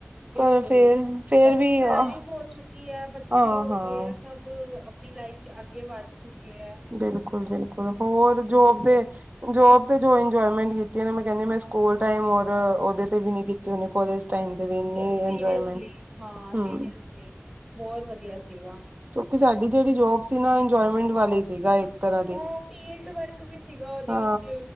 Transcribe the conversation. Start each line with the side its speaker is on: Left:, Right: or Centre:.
Centre: ਬਿਲਕੁਲ
Right: ਪਰ ਫੇਰ
Centre: ਸਭ
Right: ਫੇਰ ਵੀ
Centre: ਦੀ ਮੈਰਿਜ
Right: ਆਹ
Centre: ਹੋ ਚੁੱਕੀ ਕੀ ਹੈ ਬੱਚੇ
Right: ਹਾਂ
Centre: ਹੋ
Right: ਹਾਂ
Centre: ਗਏ ਏ ਸਭ ਆਪਣੀ ਲਾਈਫ ਚ ਅੱਗੇ ਵੱਧ ਚੁੱਕੇ ਐ-
Right: ਬਿਲਕੁਲ-ਬਿਲਕੁਲ ਹੋਰ ਜੋਬ ਦੇ ਜੋਬ ਤੇ ਜੋ ਇੰਜੋਮੈਂਟ ਕੀਤੀ ਮੈਂ ਕਹਿੰਦੀ ਮੈਂ ਸਕੂਲ ਟਾਈਮ ਔਰ ਓਦੇ ਤੇ ਵੀ ਨਹੀ ਕੀਤੀੇ ਕਾਲਜ ਪੈਂਦੇ ਵੀ ਇੰਨੀ
Centre: ਸੀਰੀਅਸਲੀ
Right: ਇੰਜੋਏਮੈਂਟ
Centre: ਹਾਂ
Right: ਹਮ
Centre: ਸੀਰੀਅਸਲੀ ਬੋਤ ਵਧੀਆ ਸੀਗਾ
Right: ਕਿਉਂਕਿ ਸਾਡੀ ਜਿਹੜੀ ਜੋਬ ਸੀ ਨਾ ਇੰਜੋਏਮੈਂਟ ਵਾਲੀ ਸੀਗਾ ਤਰ੍ਹਾਂ ਦੀ
Centre: ਹਾਂ ਉਹ ਫੀਲਡ ਵਰਕ ਵੀ ਸੀਗਾ ਉਹਦੇ
Right: ਹਾਂ
Centre: ਵਿੱਚ